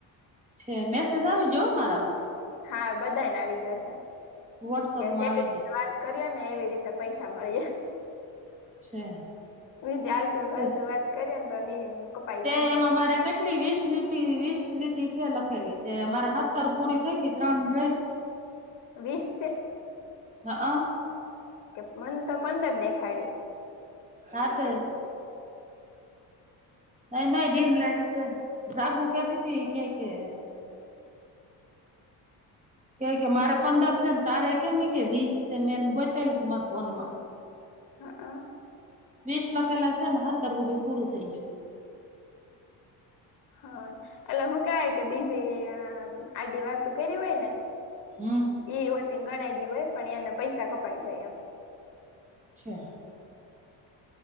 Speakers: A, on the right; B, on the left.
A: છે મેસેજ આવી જ્યો મારા
B: હા બધાને આવી દયો છે
A: વોટ્સઅપમાં
B: કે જેવી
A: આવી
B: રીતે
A: ગયો
B: વાત કરીયે ને એવી રીતે પૈસા મળીએ.
A: છે
B: બીજી આલતું
A: તે
B: ફાલતુ વાત કરીને તો નહી કપાઈ
A: તે
B: જાહે
A: એમા મારે કે કેટલી વીસ લીટી વીસ લીટી છે લખેલી તે મારે હતર પૂરી થઈ ગઈ ત્રણ રઈ.
B: વીસ છે.
A: હા હ
B: કે મન તો પંદર દેખાડી
A: હાત ન નહી ડીમ લાઈટ છે જાગું કતી ત ક કે કે કે મારે પંદર છેને તારે કેમ કે વીસ છે મેને બતાવ્યું તું મારા ફોન માં
B: હા અ
A: વીસ લખેલા છે ને હત્તર સુધી પૂરું થઈ ગયું.
B: <unintelligible> હા એલે હું કવાય કે બીજી આડી વાત કરી હોય ને
A: હમ
B: એ હોય તે ગણાય ગય હોય પણ એના પૈસા કપાઈ જાય એમ
A: છે